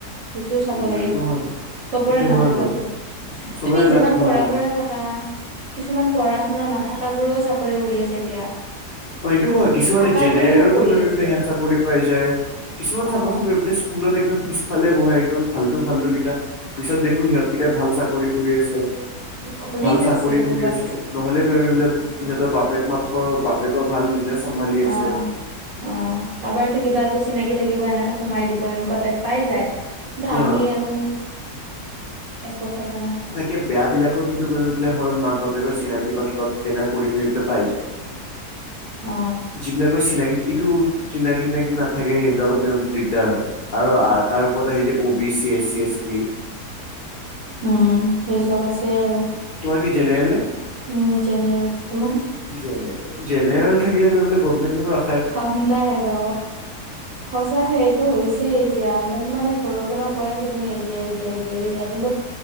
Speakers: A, on the right; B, on the left.
A: সেইটো চাব
B: উম
A: লাগিব,
B: এইটো হয়
A: চবৰে
B: এইটো
A: নাথাকেতো
B: হয় বাৰু চবৰে
A: তুমি যিমান
B: লাক ভাল
A: পঢ়া
B: নাথাকে
A: শুৰা থাক থকা কিছুমান পঢ়া শুনা নাথাকা বোৰেও চাকৰি কৰি আছে এতিয়া
B: অ', এইটো হয় কিছুমানে
A: থাকা
B: জেনেৰেলতো
A: বোৰে নপঢ়ি
B: গৈ
A: আছে।
B: পেলাই সিহঁত চাকৰি পাই যায়, কিছুমান চাবাচোন
A: অ',
B: গৈ পেলাই কুলত একদম পিছফালে বহে একদম ফাল্টু ফাল্টু গিটা পিছত দেখো সিহঁত কেতিয়া ভাল চাকৰি কৰি আছে,
A: কৰি
B: ভাল চাকৰি
A: আছে এনেকুৱা
B: কৰি আছে নহলে <unintelligible> সিহঁতৰ বাপেক মাপেকৰ বাপেকৰ ভাল বিজনে চম্ভালি
A: অ'।
B: আছে
A: অ', কাৰোবাৰটো কিবাটো থাকিব সেনেকে সোমাই দিব এনেকুৱাতে পাই যায়। আমি
B: অ
A: আৰু একো কথা নাই
B: কে বেয়া বিলাকৰ কিন্তু কৰি পেলাই হয় মাক বাপেকৰ চিনাকি বা কিবা তেনেকা কৰি মেলি পেলাই পাই যায়।
A: অ
B: যিবিলাকৰ চিনাকি এইটো চিনাকি তিনাকি নাথাকে সেইবিলাকত দিগদাৰ হয়। আৰু তাৰ ওপৰত আহিছে অ বি চি, এ চি এছটি।
A: উম, সেই চব আছে আৰু।
B: তোমাৰ কি জেনেৰেল নে?
A: উম, যেনেৰেল তোমাৰ?
B: জেনেৰেল - জেনেৰেল থাকিলে <unintelligible> গভৰ্ণমেণ্ট জবৰ আশা
A: খাম নাই আৰু সচাকে টো হৈছেই এতিয়া মোক মানে ঘৰৰ পৰা কৈ আছে তুমি এ দি আৰি দিয়া, এদি আৰি দিয়া কিন্তু